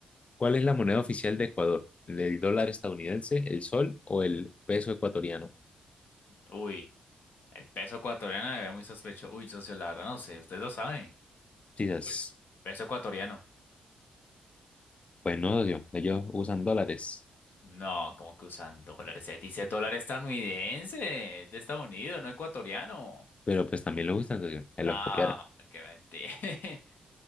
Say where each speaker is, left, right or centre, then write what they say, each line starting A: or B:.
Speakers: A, on the left; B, on the left.
A: ¿Cuál es la moneda oficial de Ecuador? ¿El dólar estadounidense, el sol o el peso ecuatoriano?
B: Uy, el peso ecuatoriano me ve muy sospechoso. Uy, socio, la verdad no sé, ustedes lo saben.
A: Quizás,
B: No, Pues, peso ecuatoriano.
A: pues no, socio, ellos usan dólares,
B: No, como que usan dólares. Se dice dólar estadounidense, es de Estados Unidos, no ecuatoriano.
A: pero pues también lo usan, socio, ahí
B: No,
A: los copiaron.
B: qué mentira. <laughs>